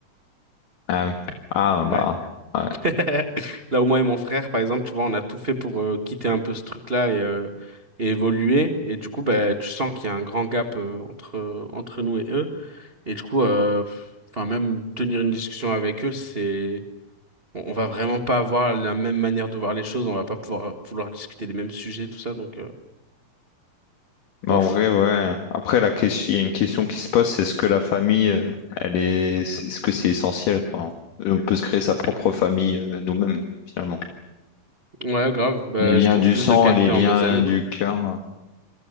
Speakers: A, on the left (about 70°); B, on the right (about 75°).
A: Ah oui. Ah bah.
B: Ouais.
A: ouais.
B: <laughs> Là où moi et mon frère, par exemple, tu vois, on a tout fait pour euh, quitter un peu ce truc-là et, euh, et évoluer. Et du coup, bah, tu sens qu'il y a un grand gap euh, entre entre nous et eux. Et du coup, euh, enfin même tenir une discussion avec eux, c'est on, on va vraiment pas avoir la même manière de voir les choses, on va pas pouvoir vouloir discuter des mêmes sujets, tout ça, donc euh,
A: Bah,
B: bof.
A: en vrai, ouais. Après, la question, il y a une question qui se pose, c'est est-ce que la famille, euh, elle est, est-ce que c'est essentiel, quoi? On peut se créer sa propre famille, euh, nous-mêmes, finalement.
B: Ouais, grave. Bah,
A: Les liens
B: je trouve
A: du
B: plus
A: sang
B: de qualité
A: et les liens
B: en mes amis,
A: du
B: quoi.
A: cœur, euh,